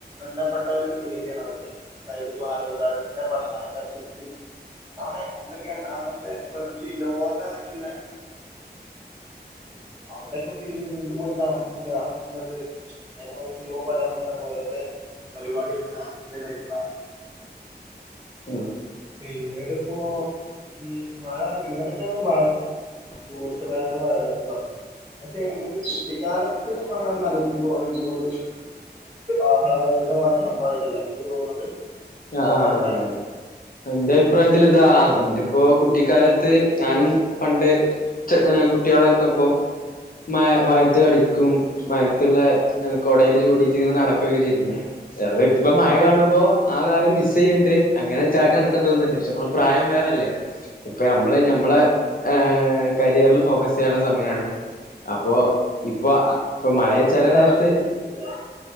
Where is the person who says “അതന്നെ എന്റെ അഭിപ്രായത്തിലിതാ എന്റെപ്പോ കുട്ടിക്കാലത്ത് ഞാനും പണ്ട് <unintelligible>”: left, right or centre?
Left